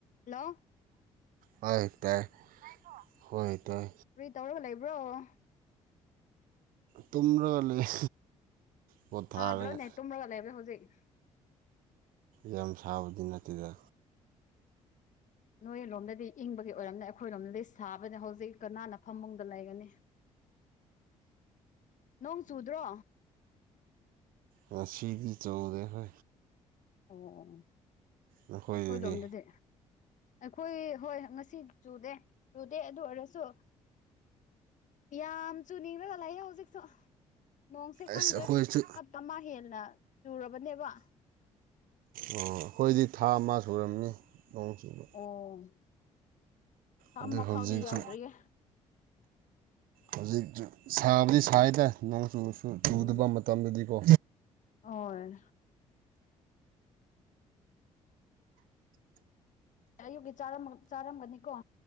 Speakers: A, on the left; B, on the right.
A: hello
B: hello ꯍꯣꯏ ꯇꯥꯏ ꯇꯥꯏꯀꯣ ꯍꯣꯏ ꯇꯥꯏ
A: ꯀꯔ꯭ꯤ ꯇꯧꯔꯒꯥ ꯂꯩꯕꯔ꯭ꫭ
B: ꯇꯨꯝꯔ ꯂꯩ ꯄꯣꯊꯥꯔꯒ
A: ꯁꯥꯗꯔꯣ ꯅꯦ ꯇꯨꯝꯔꯒ ꯂꯩꯕꯗꯣ ꯍꯨꯖꯤꯛ
B: ꯌꯥꯝ ꯁꯥꯕꯗꯤ ꯅꯠꯇꯦꯗ
A: ꯅꯣꯏꯔꯣꯝꯗꯗꯤ ꯏꯪꯕꯒꯤ ꯑꯣꯏꯔꯝꯅꯤ ꯑꯩꯈꯣꯏꯔꯣꯝꯗꯗꯤ ꯁꯥꯕꯅ ꯍꯧꯖꯤꯛ ꯀꯅꯥꯅ ꯐꯃꯨꯡꯗ ꯂꯩꯒꯅꯤ ꯅꯣꯡ ꯆꯨꯗ꯭ꯔꯣ
B: ꯉꯁꯤꯗꯤ ꯆꯨꯗꯦꯍꯦ
A: ꯑꯣ ꯑꯣ
B: ꯅꯈꯣꯏꯗꯗꯤ
A: ꯑꯩꯈꯣꯏ ꯂꯣꯝꯗꯗꯤ ꯑꯩꯈꯣꯏ ꯍꯣꯏ ꯉꯁꯤ ꯆꯨꯗꯦ ꯆꯨꯗꯦ ꯑꯗꯨ ꯑꯣꯏꯔꯁꯨ ꯌꯥꯝ ꯆꯨꯅꯤꯡꯔꯒ ꯂꯩꯌꯦ ꯍꯧꯖꯤꯛꯁꯨ ꯅꯣꯡꯁꯦ ꯈꯪꯗ꯭ꯔꯦ
B: ꯑꯁ ꯑꯩꯈꯣꯏꯁꯨ
A: ꯍꯞ ꯇ ꯃ ꯍꯦꯟꯅ ꯆꯨꯔꯕꯅꯦꯕ
B: ꯑꯣ ꯑꯩꯈꯣꯏꯗꯤ ꯊꯥ ꯑꯃ ꯁꯨꯨꯔꯝꯅꯤ ꯅꯣꯡ ꯆꯨꯕ
A: ꯑꯣꯝ ꯊꯥ
B: ꯑꯗꯨ
A: ꯑꯃ
B: ꯍꯧꯖꯤꯛꯁꯨ
A: ꯐꯥꯎꯗꯤ ꯌꯧꯗ꯭ꯔꯤꯌꯦ
B: ꯍꯧꯖꯤꯛꯆꯨ ꯁꯥꯕꯗꯤ ꯁꯥꯏꯗ ꯅꯣꯡ ꯆꯨꯔꯁꯨ ꯆꯨꯗꯕ
A: ꯎꯝ
B: ꯃꯇꯝꯗꯗꯤꯀꯣ
A: ꯍꯣꯏ ꯑꯌꯨꯛꯀꯤ ꯆꯥꯔꯝꯃ ꯆꯥꯔꯝꯒꯅꯤꯀꯣ